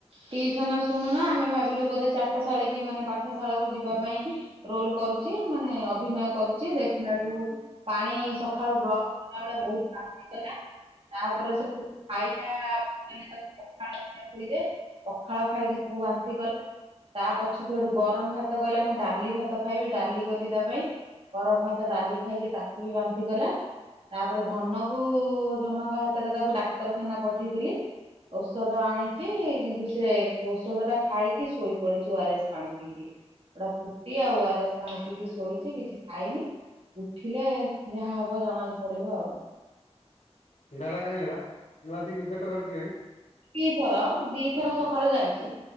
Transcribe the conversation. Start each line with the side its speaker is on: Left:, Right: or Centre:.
Right: ଟିୁସନ ଶୁଣୁ ନା ଆମେ ଭାବିଲୁ ବୋଧେ ଚାଟଶାଳୀ କି ମାନେ ପାଠଶାଳା କକୁ ଯିବୁ। ଯିବା ପାଇଁ ରୋଲ କରୁଛି ମାନେ ଅଭିନୟ କରୁଛି ଦେଖିଲାଠୁ ପାଣି ସକାଳୁ ବ କଲା ବ ବହୁ ହେଇଗଲା। ତାପରେ ସେଠୁ ଖାଇଲା କଲେ ତାକୁ ପଖାଳ ପା ଖୋଇଦେ। ପଖାଳ ଖାଇକି ସବୁ ବାନ୍ତି ଗଲା ତା ପଛକୁ ଏଠୁ ଗରମ ଭାତ ତ କହିଲା ମୁଁ ଡାଲି ଭାତ ଖାଇବି ଡାଲି କଲି ତା ପାଇଁ। ଗରମ ଭାତ ଡାଲି ଖାଇକି ତାକୁ ବି ବାନ୍ତିଗଲା। ତାପରେ ଧନକୁ ଧନଙ୍କ ହାତରେ ତାକୁ ଡାକ୍ତରଖାନା ପଠେଇଥିଲି। ଔଷଧ ଆଣିଛି କିନ୍ତୁ ସେ ଔଷଧ ଟା ଖାଇକି ଶୋଇ ପଡିଛି ଓ ଆର ଏସ୍ ପାଣି ପିଇକି। ଗୋଟେ ଫୁଟି ଆଉ ଓ ଅର୍ ଏସ୍ ପାଣି ପିଇକି ଶୋଇଛି କିଛି ଖାଇନି। ଉଠିଲେ ଯାହା ହବ ଜଣା ପଡ଼ିବ ଆଉ।
Left: ଝାଡ଼ା କାହିଁ ହେଲା ବାନ୍ତିକି ପେଟ କାଟୁଛି କାହିଁ?
Right: ଦିଥର ଦିଥର ସକାଳୁ ଯାଇଛି।